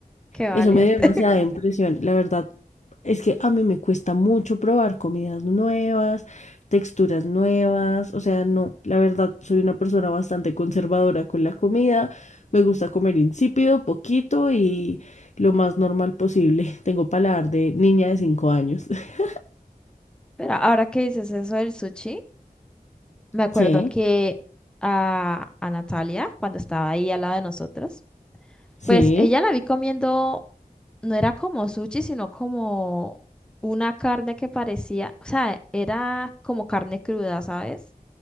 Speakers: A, in the centre; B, on the left.
A: qué valiente.
B: Eso me dio demasiada impresión. La verdad es que a mí me cuesta mucho probar comidas nuevas, texturas nuevas. O sea, no, la verdad soy una persona bastante conservadora con la comida. Me gusta comer insípido, poquito y lo más normal posible. <laughs> Tengo paladar de niña de 5 años. <laughs>
A: <laughs> Pero ahora que dices eso del sushi. Me acuerdo
B: Sí,
A: que a, a Natalia, cuando estaba ahí al lado de nosotros, pues
B: sí.
A: ella la vi comiendo, no era como sushi, sino como una carne que parecía, o sea, era como carne cruda, ¿sabes?